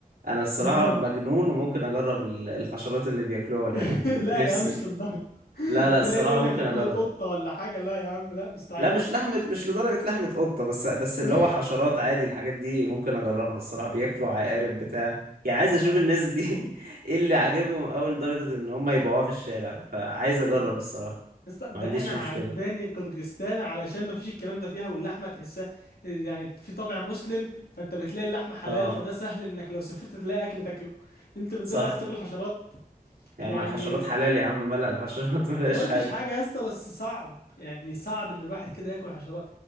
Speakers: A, on the right; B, on the left.
A: انا الصراحة
B: مم.
A: مجنون وممكن اجرب ال- الحشرات اللي بياكلوها والحاجات
B: <laughs>
A: دي نفسي
B: لا يا عم مش للدرجه
A: لا لا الصراحة
B: تلاقي يقول
A: ممكن
B: لك لحمه
A: اجرب
B: قطه ولا حاجه لا يا عم لا مستحيل
A: لا مش لحمة مش لدرجة لحمة قطة بس بس
B: <laughs>
A: اللي هو حشرات عادي الحاجات دي ممكن أجربها الصراحة بياكلوا عقارب بتاع يعني عايز أشوف
B: لا
A: الناس
B: أنا-
A: دي <laughs> إيه اللي عاجبهم أوي لدرجة إن هم يبيعوها في الشارع فعايز أجرب
B: يا
A: الصراحة
B: اسطى ده
A: ما عنديش
B: انا عجباني
A: مشكلة
B: قرغستان علشان ما فيش الكلام ده فيها واللحمه تحسها يعني في طابع مسلم فانت بتلاقي اللحمه حلال
A: أه
B: فده سهل انك لو سافرت تلاقي اكل تاكله انت بتقول
A: صح
B: لي عايز تاكل حشرات
A: يا
B: يعني
A: عم الحشرات حلال يا عم ملأ الحشرات <laughs> ما فيهاش
B: ما قلتش
A: حاجة
B: حاجه يا اسطى بس صعب يعني صعب ان الواحد كده ياكل حشرات